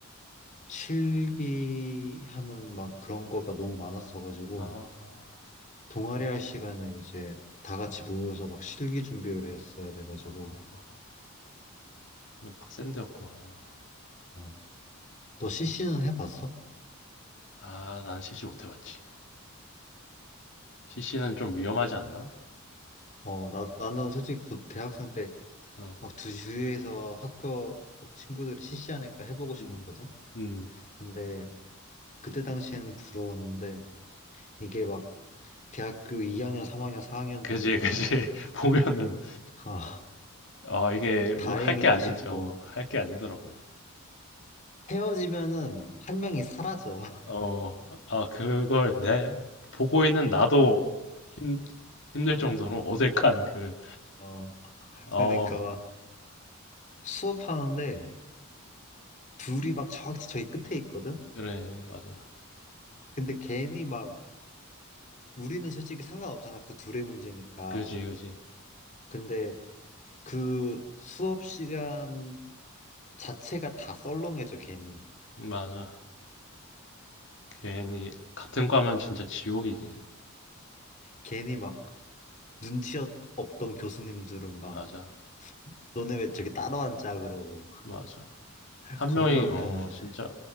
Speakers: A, on the left; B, on the left.
A: 실기하는 막 그런 거가 너무 많았어가지고,
B: 아,
A: 동아리 할 시간에 이제 다 같이 모여서 막 실기 준비를 했어야 돼가지고,
B: 아, 완전 빡센 데였구나.
A: 어. 너 CC는 해봤어?
B: 아, 난 CC 못 해봤지. CC는 좀 위험하지 않나?
A: 어, 나, 나는 솔직히 곧 대학생 때
B: 어,
A: 막 주위에서 학교 막 친구들이 CC 하니까 해보고 싶었거든?
B: 음, 음,
A: 근데 그때 당시에는 부러웠는데 이게 막 대학교 2학년, 3학년, 4학년
B: 그지,
A: 되니까
B: 그지. <laughs> 보면은,
A: 아,
B: 아, 이게 뭐
A: 다행이다
B: 할 게 아니지,
A: 싶어.
B: 어, 할 게 아니더라고.
A: 헤어지면은 한 명이 사라져.
B: 어, 아, 그걸 내, 보고 있는 나도 힘, 힘들
A: <laughs>
B: 정도로 어색한 그,
A: 어, 어.
B: 어,
A: 그러니까 막 수업하는데 둘이 막 저기 저기 끝에 있거든?
B: 그래, 맞아.
A: 근데 괜히 막 우리는 솔직히 상관없잖아. 그 둘의 문제니까.
B: 그지, 그지.
A: 근데 그 수업 시간 자체가 다 썰렁해져, 괜히.
B: 맞아. 괜히, 같은 과면 진짜 지옥이지.
A: 괜히 막 눈치 없- 없던 교수님들은 막
B: 맞아,
A: 너네 왜 저기 따로 앉아 그러고
B: 맞아.
A: <laughs>
B: 한
A: 겁나
B: 명이,
A: 웃겼는데
B: 어, 진짜,